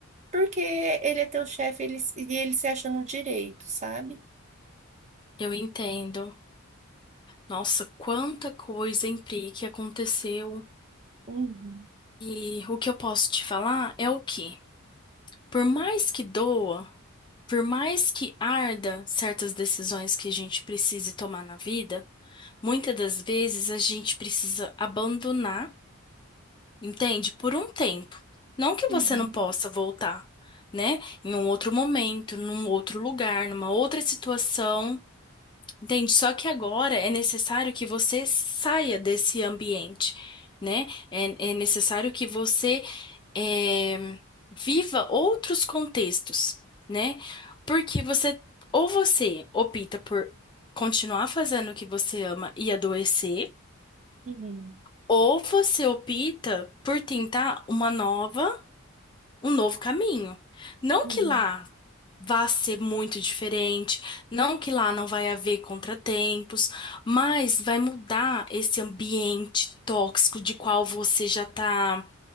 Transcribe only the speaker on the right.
porque ele é teu chefe, ele, e ele se acha no direito, sabe?
Uhum,
uhum,
uhum,
uhum,